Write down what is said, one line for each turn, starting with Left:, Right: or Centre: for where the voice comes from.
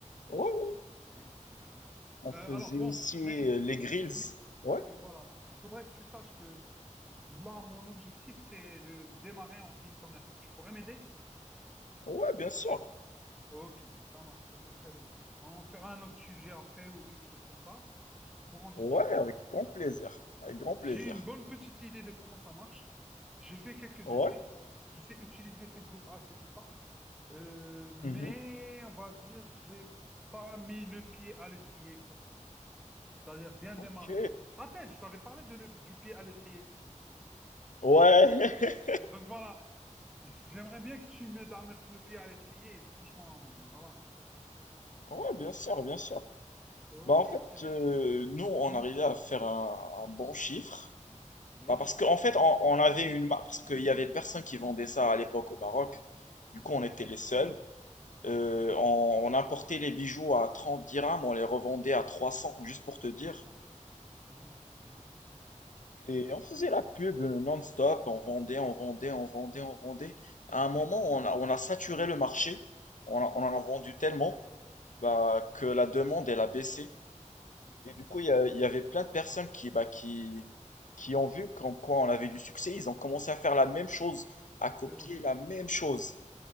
Left: Ouais, ouais.
Centre: Ok, ok. Euh,
Left: On
Centre: alors
Left: faisait
Centre: bon,
Left: aussi
Centre: mais il-
Left: euh, les grills.
Centre: il- il-
Left: Ouais,
Centre: oui, voilà. Il faudrait que tu saches que là, mon objectif, c'est de démarrer en e-commerce. Tu pourrais m'aider?
Left: ouais, bien sûr.
Centre: Ok, ça marche, ça c'est très bien. On fera un autre sujet après ou quelque chose comme ça pour en discuter.
Left: Ouais, avec grand plaisir. Avec grand plaisir.
Centre: J'ai une bonne petite idée de comment ça marche. J'ai fait quelques
Left: Ouais.
Centre: essais. Je sais utiliser Facebook Ads et tout ça. Euh, mais
Left: Mhm.
Centre: on va dire, j'ai pas mis le pied à l'étrier, quoi. c'est-à-dire bien
Left: Ok.
Centre: démarrer. Je te rappelle, je t'avais parlé de le- du pied à l'étrier.
Left: Ouais. <laughs>
Centre: Donc voilà, j'aimerais bien que tu m'aides à mettre le pied à l'étrier, et franchement, voilà.
Left: Ouais, bien sûr, bien sûr.
Centre: Ok,
Left: Bah en fait,
Centre: très bien.
Left: euh, nous, on
Centre: Mhm.
Left: arrivait à faire un, un bon chiffre.
Centre: Oui,
Left: Bah parce qu'en fait, on, on avait une marque, parce qu'il y avait personne qui vendait ça à l'époque au Maroc. Du
Centre: ok,
Left: coup, on était les seuls. Euh,
Centre: ok,
Left: on, on importait les bijoux à 30 dirhams, on les revendait à 300, juste pour te dire.
Centre: oui, voilà. Mhm, Ok, je
Left: Et
Centre: vois ça.
Left: on faisait la pub euh, non-stop, on vendait, on vendait, on vendait, on vendait. À
Centre: Ok,
Left: un moment,
Centre: et
Left: on a, on a saturé le marché, on, a- on
Centre: puis,
Left: en a vendu
Centre: oui,
Left: tellement bah,
Centre: oui,
Left: que la demande, elle a baissé.
Centre: oui,
Left: Et du coup, il y, a- il y avait plein de personnes qui, bah, qui, qui ont vu qu'en quoi on avait du succès. Ils ont commencé à faire la même chose, à copier
Centre: c'est logique,
Left: la même chose.